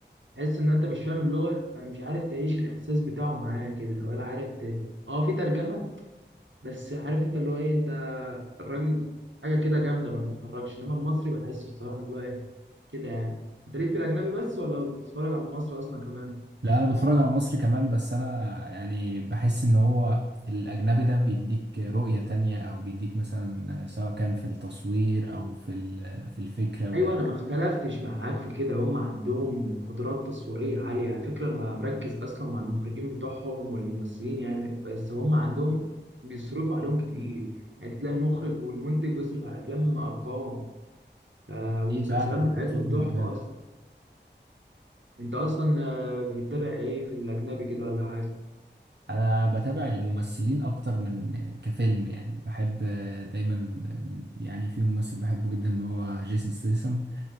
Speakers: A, on the right; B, on the right.
A: تحس ان انت مش فاهم اللغه فمش عارف تعيش الاحساس بتاعه معايا كده ولا عارف ت... اه في ترجمه بس عارف انت اللي هو ايه انت الراجل حاجه كده جامده ما بتتحركش انما المصري بحسه الصراحه اللي هو ايه كده يعني انت ليك في الاجنبي بس ولا بتتفرج على مصر اصلا كمان
B: لا انا بتفرج على مصري كمان بس انا يعني بحس ان هو الاجنبي ده بيديك رؤية تانية او بيديك مثلا سواء كان في التصوير او في ال- في الفكرة واللي
A: ايوه انا ما اختلفتش معاك في كده هم عندهم قدرات تصويريه عاليه على فكره انا مركز اصلا مع المخرجين بتوعهم والممثلين يعني بس هم عندهم بيصرفوا عليهم كتير يعني تلاقي المخرج والمنتج بيصرف على الافلام ارقام ف- والمسلسلات
B: فعلا
A: بتاعتهم
B: بتشوفه
A: تحفه
B: من بالك
A: اصلا انت اصلا آه، بتتابع ايه في الاجنبي كده ولا حاجه
B: انا بتابع الممثلين اكتر من كفيلم يعني بحب دايما يعني في ممثل بحبه جدا اللي هو جيسون ستيسم